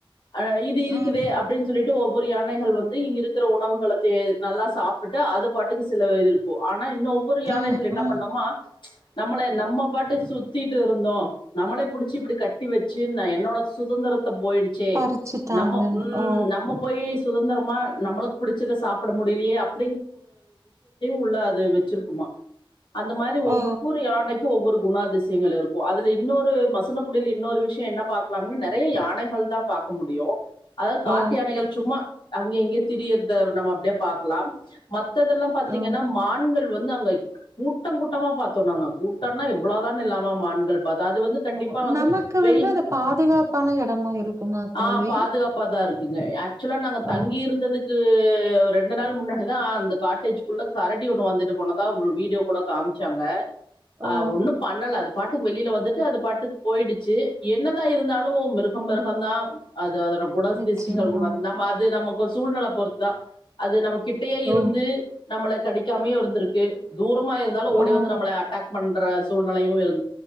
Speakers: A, on the left (about 65°); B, on the right (about 35°).
A: அழ இது இருக்குதே
B: ம்
A: அப்டின் சொல்லிட்டு ஒவ்வொரு யானைகள் வந்து இங் இருக்குற உணவுகள தே நல்லா சாப் ப்ரிட்டோ அது பாட்டுக்கு சிலவ இருக்கு ஆனா இன்னும் ஒவ்வொரு யானைகள்
B: ம்
A: என்ன
B: ம்
A: பண்னொம்மா நம்மளே நம்ம பாட்டு சுத்திட்டு இருந்தோ நம்மளே புடிச்சு இப்புடி கட் டி வெச்சீர்ன என்னோட சுதந்துரத்த போயிடுச்சே
B: பறிச்சுட்டாங்கன்னு
A: நம்ம உம்
B: ஓ
A: நம்ம போயி சுதந்துரமா நம்பளுக் புடுச்சத சாப்புட முடிய்லியே அப் உள்ள அது வெச்சிர்க்குமா அந்த மாரி ஒவ்வொரு
B: ஓ
A: யானக்கு ஒவ்வொரு குணாதிசியங்கள் இருக்கு அதுல இன்னொரு மசுன குடில் இன்னொரு விஷ்யொ என்ன பாக்லாங்னு நெறைய யானைகள் தா பா பாக்க முடியோ அதா காட்டுயானைகள்
B: ஓ
A: சும்மா அங்கெ இங்யே திரியர்த நம்ம அப்டே பாக்லா மத் த்ததெல்லாம் பாத்தீங்கனா
B: ஓ
A: மான்கள் வந்து அங்க கூட்டங் கூட்டமா பாத்தோ நாங்க கூட்டன்னா இவ்ளோதான் இல்லாமா மான்கள் பத் அது வந்து கண்டிப்பா
B: ஓ
A: வந்து
B: நமக்கு
A: வெய்
B: வந்து அது பாதுகாப்பான எடமா இருக்குமா
A: ஆ
B: தோழி
A: பாதுகாப்ப தாருக் <unintelligible> யாச்சுலா நாங்க தங்கி
B: ஓ
A: இருந்ததுக்கு ரெண்டு நாள் முன்னட் எதா அந்த காட்டேஜ்க்குள்ள கரடி ஒன்னு வந்துட்டு போனத் ஒரு வீடியோ கூட காம்ச்சாங்க அ
B: ஓ
A: ஒன்னு பண்ணல அது பாட்டுக் வெளில வந்துட்டு அது பாட்டுக் போயிடுச்சி என்னதா இருந்தாலு மிருஹம் மிருஹந்தா அது அதொர குணஸ்திஷ்டிகள்
B: நிச்சயமா
A: குணம் நம்ம அது நமக்கு சூழ்நல பொறுத்தா அது நமக்கி டியே இருந்து
B: ஓ
A: நம்மள கடிக்காமயு இருந்துருக்கு தூரமா இருந்தாலும் ஓடி
B: ஓ
A: வந்து நம்மள அட்டாக் மன்ற சூழ்நலயு இருக்